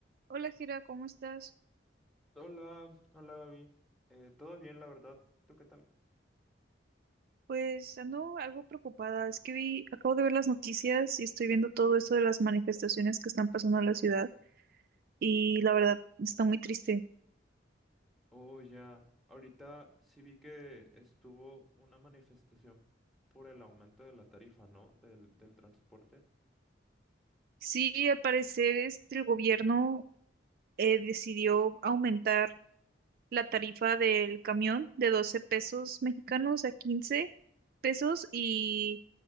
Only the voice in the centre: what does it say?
Hola, hola Gaby. Eh, todo bien, la verdad. ¿Tú qué tal?
Oh, ya. Ahorita sí vi que estuvo una manifestación por el aumento de la tarifa, ¿no? Del, del transporte.